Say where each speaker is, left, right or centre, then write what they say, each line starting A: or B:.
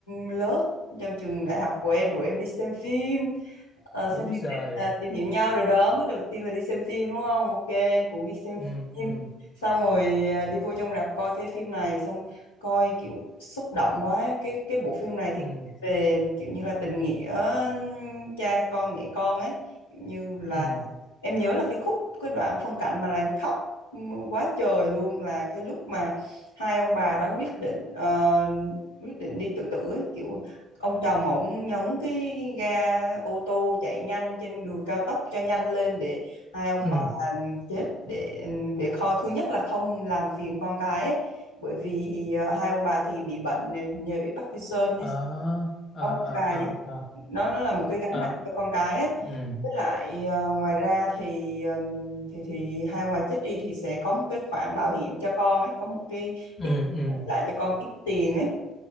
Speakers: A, on the left; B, on the left.
A: lớp trong trường đại học của em rủ em đi xem phim Ờ, xem
B: Úi
A: phim
B: giời.
A: để à, tìm hiểu nhau rồi đó bước đầu tiên là đi xem phim đúng không ok em cũng đi xem
B: Ừ ừ
A: phim xong rồi à, đi vô trong rạp coi cái phim này xong coi kiểu xúc động quá cái cái bộ phim này thì
B: ừ
A: về kiểu như là tình nghĩa cha con mẹ con ấy kiểu như là
B: ừ
A: em nhớ là cái khúc cái đoạn phân cảnh mà làm em khóc quá trời luôn là cái lúc mà hai ông bà đã quyết định ờ, quyết định đi tự tử ấy kiểu ông chồng ổng nhấn cái ga ô tô chạy nhanh trên đường cao tốc cho nhanh lên để hai ông
B: ừ.
A: bà ừ, chết để ừ, để kho thứ nhất là không làm phiền con cái ấy. bởi vì ờ, hai ông bà thì bị bệnh này hình như bị Parkinson ấy
B: À à
A: ông
B: à
A: hay bà
B: à
A: vậy
B: à.
A: nó nó là một cái gánh
B: à.
A: nặng cho con cái ấy.
B: Ừ
A: với lại ờ, ngoài ra thì ừm, thì thì hai ngoài chết đi thì sẽ có một cái khoản bảo hiểm cho con ấy có một cái
B: ừ
A: ít
B: ừ
A: lại cho con ít tiền ấy